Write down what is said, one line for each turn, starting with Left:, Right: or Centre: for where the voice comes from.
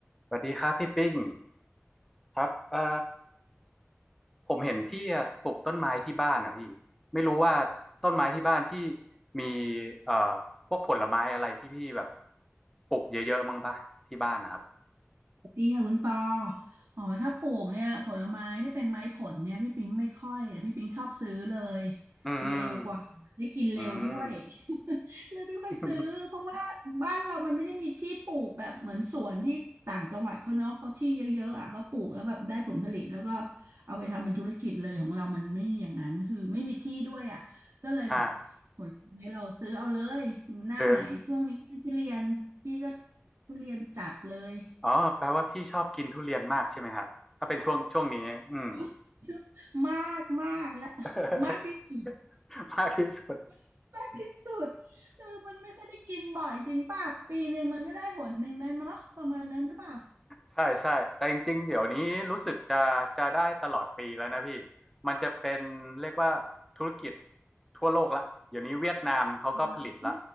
Centre: สวัสดีครับพี่ปิ้งครับเอ่อผมเห็นพี่อะปลูกต้นไม้ที่บ้านนะพี่ไม่รู้ว่าต้นไม้ที่บ้านพี่มีเอ่อพวกผลไม้อะไรที่พี่แบบปลูกเยอะๆมั้งปะที่บ้านนะครับ
Right: ดีค่ะคุณปออ๋อถ้าปลูกเนี่ยผลไม้ที่เป็นไม้ผลเนี่ยพี่ปิงไม่ค่อยแต่พี่ปิงชอบซื้อเลย
Centre: อืม
Right: มันเร็วกว่าได้กินเร็วด้วย
Centre: อืม
Right: <laughs> เลยไม่ค่อยซื้อเพราะว่าบ้านเรามันไม่ได้มีที่ปลูกแบบเหมือนสวนที่ต่างจังหวัดเขาเนาะเขาที่เยอะๆอ่ะก็ปลูกแล้วแบบได้ผลผลิตแล้วก็
Centre: <laughs>
Right: เอาไปทำเป็นธุรกิจเลยของเรามันไม่อย่างนั้นคือไม่มีที่ด้วยอ่ะก็เลยแบบ
Centre: อ่า
Right: ผลไม้เราซื้อเอาเลยหน้าไหนช่วงนี้ทุเรียนพี่ก็
Centre: ซื้อ
Right: ทุเรียนจัดเลย
Centre: อ๋อแปลว่าพี่ชอบกินทุเรียนมากใช่ไหมครับถ้าเป็นช่วงช่วงนี้อืม
Right: <laughs> มากมากและ
Centre: <laughs>
Right: มากที่สุด
Centre: มากที่สุด
Right: <laughs> มากที่สุดคือมันไม่ค่อยได้กินบ่อยจริงป่ะปีหนึ่งมันก็ได้หนหนึ่งได้มั้งประมาณนั้นหรือเปล่า
Centre: ใช่ใช่แต่จริงๆเดี๋ยวนี้รู้สึกจะจะได้ตลอดปีแล้วนะพี่มันจะเป็นเรียกว่าธุรกิจทั่วโลกละเดี๋ยวนี้เวียดนามเขาก็ผลิตละ
Right: อืม